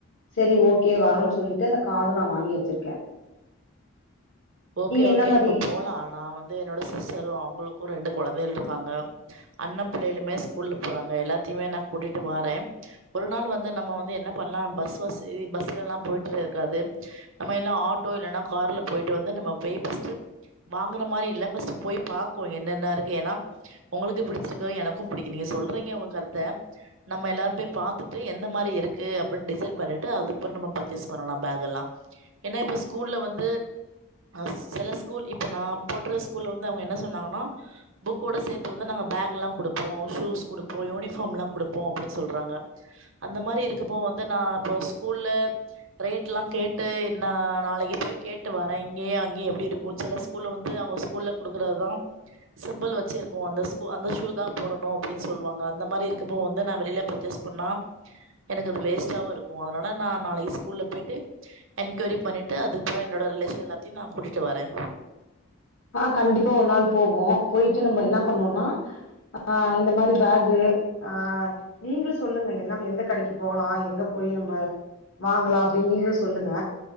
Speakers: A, on the left; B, on the right.
A: செரி ஓகே வரோன் சொல்லிட்டு அந்த கார்ட நா வாங்கி வச்சுருக்கே
B: ஓகே
A: என்ன
B: ஓகே
A: மாரி
B: நம்ம போலா நா வந்து என்னோட சிஸ்டரு அவுங்களுக்கு ரெண்டு கொழந்தையள் இருக்காங்க அண்ண பிள்ளைளுமே ஸ்கூல்ல போறாங்க எல்லாத்தைமே நா கூட்டிட்டு வாரே ஒரு நாள் வந்து நம்ம வந்து என்ன பண்லா பஸ் வசி பஸ்லல்லா போய்ட்ரே இருக்காது நம்ம எல்லா ஆட்டோ இல்லன்னா கார்ல போய்ட்டு வந்து நம்ம போய் ஃபஸ்ட்டு வாங்குன மாரி இல்ல ஃபஸ்ட்டு போய் பாக்கோ என்னென்ன இருக்கு ஏனா ஒங்களுக்கு புடிச்சிருக்கு எனக்கு புடிக்கு நீங்க சொல்றீங்க ஒங்க கருத்த நம்ம எல்லாரு போய் பாத்துட்டு எந்த மாரி இருக்கு அப்டினு டிசைட் பண்ணிட்டு அதுக்ப்பறோ நம்ம பர்ச்சேஸ் பண்ணலா பேக்கல்லா ஏனா இப்ப ஸ்கூல்ல வந்து ஆ செல ஸ்கூல் இப்ப நா போட்ற ஸ்கூல்ல வந்து அவுங்க என்ன சொன்னாங்கனா புக்கோட சேத்து வந்து நாங்க பேக்ல்லா குடுப்போ ஷூஸ் குடுப்போ யூனிஃபார்ம்ல்லா குடுப்போ அப்டி சொல்றாங்க அந்த மாரி இருக்குப்போ வந்து நா இப்ப ஸ்கூல்ல ரேட்லா கேட் டு நா நாளைக்கு போய் கேட்டு வரே இங்கேயு அங்கயு எப்டி இருக்கு செல ஸ்கூல்ல வந்து அவுங்க ஸ்கூல்ல குடுக்கறது தா சிம்பிள் வச்சு இருக்கு அந்த ஸ் கு அந்த ஷூ தா போடணு அப்டின் சொல்வாங்க அந்த மாரி இருக்கப்ப வந்து நா வெளில பர்ச்சேஸ் பண்ணா எனக்கு அது வேஸ்ட்டாவு இருக்கு அதனால நா நாளைக்கு ஸ்கூல்ல போய்ட்டு என்கொய்ரி பண்ணிட்டு அதுப்றோ என்னோட ரிலேஷன் எல்லாத்தியு நா கூட்டிட்டு வரே
A: ஆ கண்டிப்பா ஒர் நாள் போவோ போய்ட்டு நம்ம என்ன பண்ணுவோனா ஆ இந்த மாரி பேகு ஆ நீங்ளு சொல்லுங்க என்ன எந்த கடைக்கு போகலா எங்க போயி நம்ப வாங்லா அப்டின் நீங்ளு சொல்லுங்க